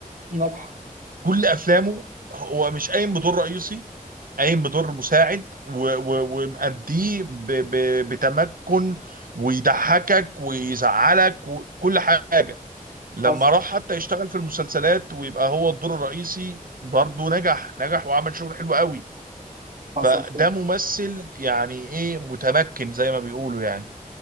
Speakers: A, on the right; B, on the right.
A: نجح
B: كل أفلامه هو مش قايم بدور رئيسي قايم بدور مساعد و- و- ومأديه ب- ب- بتمكن ويضحكك ويزعلك وكل حاجة لما
A: حصل
B: راح حتى يشتغل في المسلسلات ويبقى هو الدور الرئيسي برضه نجح نجح وعمل شغل حلو قوي
A: حصل
B: فده ممثل يعني ايه متمكن زي ما بيقولوا يعني